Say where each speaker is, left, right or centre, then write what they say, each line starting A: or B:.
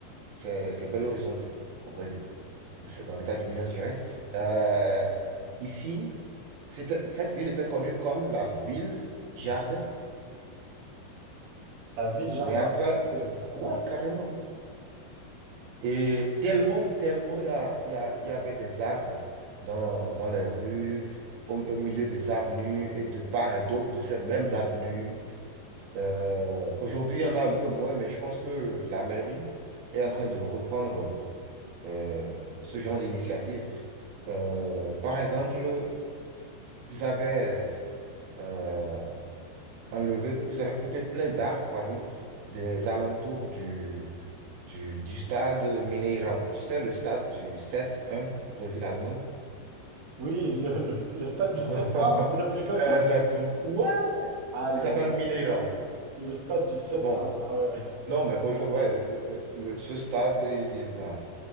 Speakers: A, on the right; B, on the right.
A: c'est c'est Belo Horizonte, au Brésil. C'est dans l'état du Minas Gerais. Euh, ici, C'était- cette ville était connue comme la ville jardin.
B: La ville-jardin.
A: Mais après,
B: Ok, d'accord,
A: ouais,
B: ouais.
A: carrément. Et tellement, tellement, il y a, il y a- il y avait des arbres dans, dans les rues, au, au milieu des avenues et de part et d'autre de ces mêmes avenues. Euh, aujourd'hui, il y en a un peu moins, mais je pense que la mairie est en train de reprendre euh, ce genre d'initiative. Euh, par exemple, vous avez euh, enlevé, ils avaient coupé plein d'arbres, par exemple, des alentours du, du, du stade Mineirão. Tu sais, le stade du 7-1 Brésil-Allemagne.
B: Oui, le, le- le stade du
A: <laughs>
B: 7-1, vous l'appelez comme
A: Exactement.
B: ça?
A: Ouais,
B: Aïe,
A: il s'appelle
B: aïe,
A: Mineirão.
B: aïe. Le stade du 7-1.
A: Bon,
B: Ah ouais, ouais.
A: non, mais aujourd'hui, ouais, le- le- le- ce stade, il- il- ben,